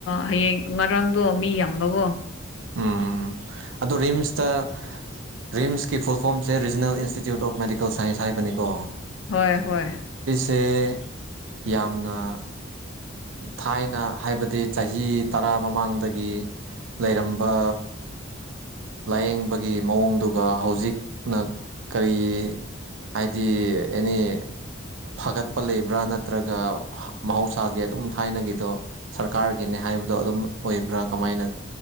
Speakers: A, on the left; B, on the right.
A: ꯍꯌꯦꯡ ꯉꯔꯥꯡꯗꯣ ꯃꯤ ꯌꯥꯝꯕꯒꯣ
B: ꯎꯝ ꯑꯗꯣ ꯔꯤꯝꯁꯇ ꯔꯤꯝꯁꯀꯤ ꯐꯨꯜꯐꯣꯝꯁꯦ regional institute of medical science ꯍꯥꯏꯕꯅꯤꯀꯣ
A: ꯍꯣꯏ ꯍꯣꯏ
B: ꯁꯦ ꯌꯥꯝꯅ ꯊꯥꯏꯅ ꯍꯥꯏꯕꯗꯤ ꯆꯍꯤ ꯇꯔꯥ ꯃꯃꯥꯡꯗꯒꯤ ꯂꯩꯔꯝꯕ ꯂꯥꯏꯌꯦꯡꯕꯒꯤ ꯃꯑꯣꯡꯗꯨꯒ ꯍꯧꯖꯤꯛꯅ ꯀꯔꯤ ꯍꯥꯏꯗꯤ ꯑꯦꯅꯤ ꯐꯒꯠꯄ ꯂꯩꯕ꯭ꯔꯥ ꯅꯠꯇ꯭ꯔꯒ ꯃꯍꯧꯁꯥꯒꯤ ꯑꯗꯨꯝ ꯊꯥꯏꯅꯒꯤꯗꯣ ꯁꯔꯀꯥꯔꯒꯤꯅꯦ ꯍꯥꯏ ꯍꯥꯏꯕꯗꯣ ꯑꯗꯨꯝ ꯑꯣꯏꯕ꯭ꯔꯥ ꯀꯃꯥꯏꯅ